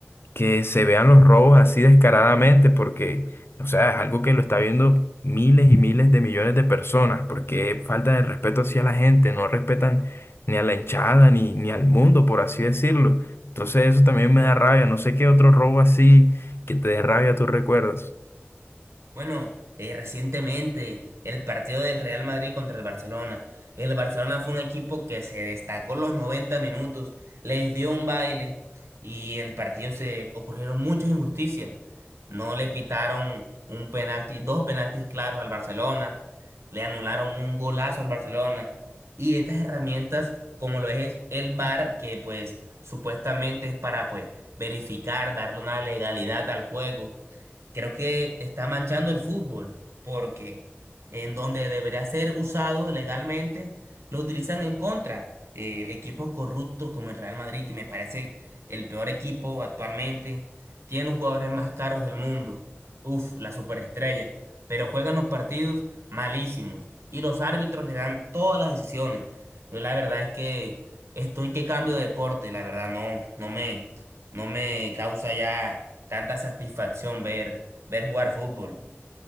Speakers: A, on the left; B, on the right.
A: que se vean los robos así descaradamente, porque, o sea, es algo que lo está viendo miles y miles de millones de personas, porque falta de respeto hacia la gente, no respetan ni a la hinchada, ni, ni al mundo, por así decirlo. Entonces eso también me da rabia, no sé qué otro robo así que te dé rabia tú recuerdas.
B: Bueno, eh, recientemente el partido del Real Madrid contra el Barcelona. El Barcelona fue un equipo que se destacó los 90 minutos, les dio un baile y en el partido se ocurrieron muchas injusticias. No le pitaron un penalti, dos penaltis claros al Barcelona, le anularon un golazo al Barcelona y estas herramientas como lo es el VAR que pues supuestamente es para pues verificar, darle una legalidad al juego creo que está manchando el fútbol, porque en donde debería ser usado legalmente, lo utilizan en contra. Eh, equipos corruptos como el Real Madrid, que me parece el peor equipo actualmente, tiene los jugadores más caros del mundo. Uf, la superestrella. Pero juegan los partidos malísimos y los árbitros le dan todas las decisiones. Yo la verdad es que estoy que cambio de deporte, la verdad no, no me, no me causa ya tanta satisfacción ver ver jugar fútbol.